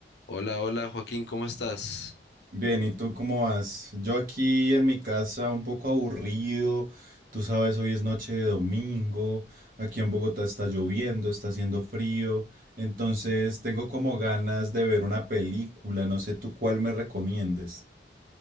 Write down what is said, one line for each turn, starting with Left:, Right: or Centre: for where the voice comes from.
Left: Hola, hola Joaquín, ¿cómo estás?
Right: Bien, ¿y tú cómo vas? Yo aquí en mi casa un poco aburrido, tú sabes, hoy es noche de domingo, aquí en Bogotá está lloviendo, está haciendo frío, entonces tengo como ganas de ver una película, no sé tú cuál me recomiendes.